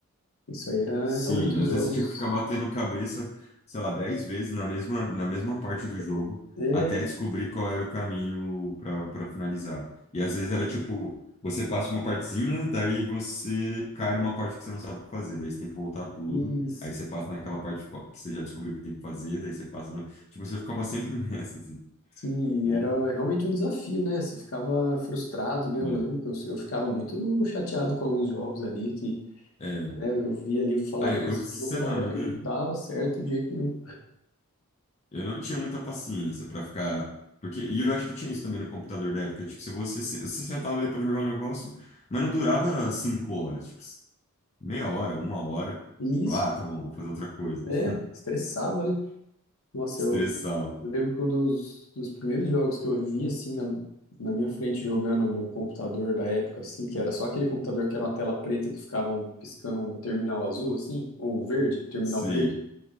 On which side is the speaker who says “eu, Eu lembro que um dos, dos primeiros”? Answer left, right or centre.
Left